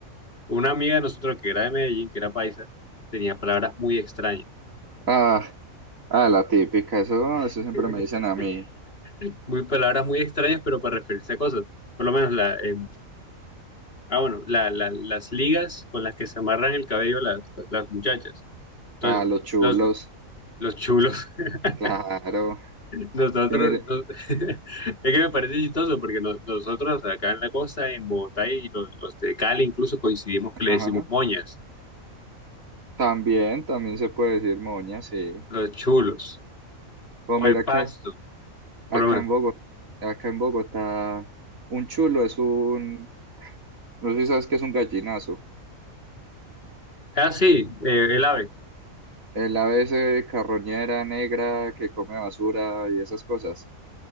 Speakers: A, on the left; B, on the right.
A: una amiga de nosotros que era de Medellín, que era paisa, tenía palabras muy extrañas.
B: Ah, ah, la típica, eso,
A: <laughs>
B: eso siempre me dicen a mí,
A: Muy palabras muy extrañas, pero para referirse a cosas. Por lo menos la, eh, ah, bueno, la, la- las ligas con las que se amarran el cabello las, las muchachas. Entonces,
B: a los chulos,
A: los, los chulos. <laughs>
B: claro.
A: Nosotros,
B: Y mire,
A: no- <laughs> es que me parece chistoso porque no- nosotros acá en la costa, en Bogotá y los, los de Cali incluso coincidimos que le
B: ajá,
A: decimos moñas,
B: también, también se puede decir moña, sí.
A: los chulos
B: Pues
A: o
B: mira
A: el pasto,
B: que acá
A: por lo menos.
B: en Bogotá, acá en Bogotá, un chulo es un, no sé si sabes qué es un gallinazo,
A: Ah, sí, eh, el ave.
B: el ave ese carroñera negra que come basura y esas cosas.